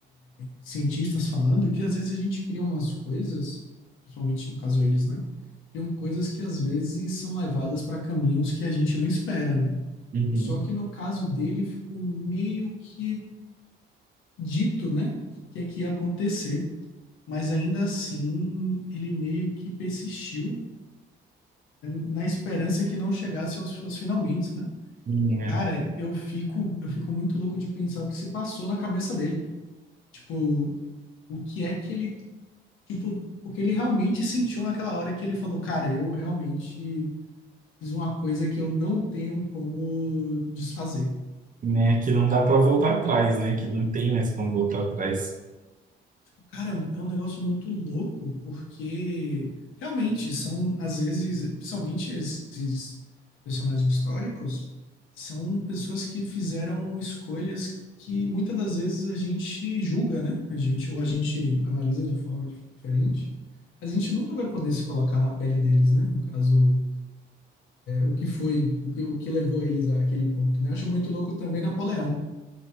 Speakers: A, on the left (about 85°); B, on the right (about 40°).
A: cientistas falando que às vezes a gente cria umas coisas, principalmente no caso eles, né? Criam coisas que às vezes são levadas para caminhos que a gente não espera, né?
B: Uhum.
A: Só que no caso dele ficou meio que dito, né? O que é que ia acontecer. Mas ainda assim, ele meio que persistiu na esperança que não chegasse aos, aos finalmente, né?
B: Né,
A: Cara, eu fico, eu fico muito louco de pensar o que se passou na cabeça dele. Tipo, o que é que ele tipo, o que ele realmente sentiu naquela hora que ele falou, cara, eu realmente fiz uma coisa que eu não tenho como desfazer.
B: né, que não dá para voltar atrás, né? Que não tem mais como voltar atrás.
A: Tipo, cara, é um, é um negócio muito louco, porque realmente são, às vezes, principalmente esses personagens históricos, são pessoas que fizeram escolhas que muitas das vezes a gente julga, né? A gente, ou a gente analisa de forma diferente, mas a gente nunca vai poder se colocar na pele deles, né? No caso, o que foi, o que, o que levou eles àquele ponto, né? Acho muito louco também Napoleão,